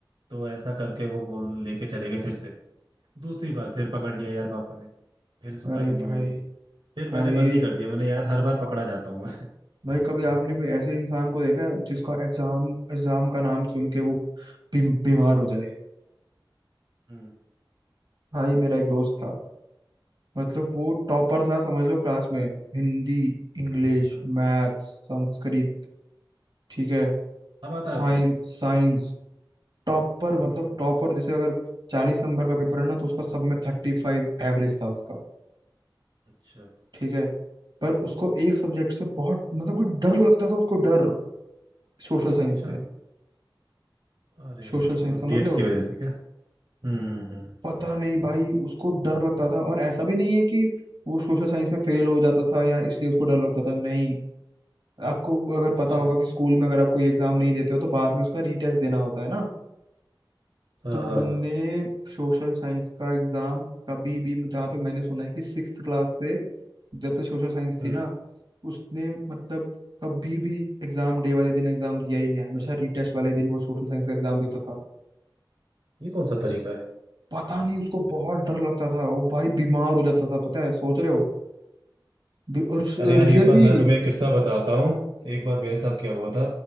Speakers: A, on the right; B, on the right.
A: तो ऐसा करके वो बोल लेके चले गए फिर से दूसरी बार फिर पकड़ लिया यार पापा ने फिर सुताई
B: अरे
A: हुई
B: भाई
A: मेरी फिर
B: भाई
A: मैंने बंदी कर दिया मैंने यार हर बार पकड़ा जाता हूँ मैं <laughs>
B: भाई कभी आपने कोई ऐसे इंसान को देखा है जिसका एग्जाम एग्जाम का नाम सुन के वो बी, बीमार हो जाए
A: हम्म
B: भाई मेरा एक दोस्त था मतलब वो टॉपर था समझ लो क्लास में हिंदी इंग्लिश
A: अच्छा
B: मैथ्स संस्कृत ठीक है
A: अब आता
B: साइंस
A: है उसे
B: साइंस टॉपर
A: हम्म
B: मतलब
A: हम्म,
B: टॉपर जैसे अगर चालीस नंबर का पेपर है ना तो उसका सब में थर्टी फाइव एवरेज था उसका
A: अच्छा
B: ठीक है पर उसको एक सब्जेक्ट से बहुत मतलब कोई डर लगता था उसको डर सोशल साइंस
A: अच्छा
B: से
A: अरे
B: सोशल
A: वो
B: साइंस समझ
A: डेट्स
B: रहे
A: की
B: हो
A: वजह से क्या हम्म हम्म हम्म।
B: पता नहीं भाई उसको डर लगता था और ऐसा भी नहीं है कि वो सोशल साइंस में फेल हो जाता था या इसलिए उसको डर लगता था नहीं आपको अगर पता
A: अच्छा
B: होगा कि स्कूल में अगर आप कोई एग्जाम नहीं देते हो तो बाद में उसका रीटेस्ट देना होता है ना
A: हाँ
B: तो वो
A: हाँ
B: बंदे
A: हाँ
B: ने सोशल साइंस का एग्जाम कभी भी जहाँ तक मैंने सुना है कि सिक्स्थ क्लास से जब से सोशल साइंस
A: हम्म
B: थी ना उसने मतलब कभी भी एग्जाम डे वाले दिन एग्जाम दिया ही नहीं है। हमेशा रीटेस्ट वाले दिन वो सोशल साइंस का एग्जाम देता था
A: ये कौन सा तरीका है
B: पता नहीं उसको बहुत डर लगता था वो भाई बीमार हो जाता था पता है सोच रहे हो बि- और
A: अरे यार
B: रियली
A: एक बार मैं तुम्हें एक किस्सा बताता हूँ एक बार मेरे साथ क्या हुआ था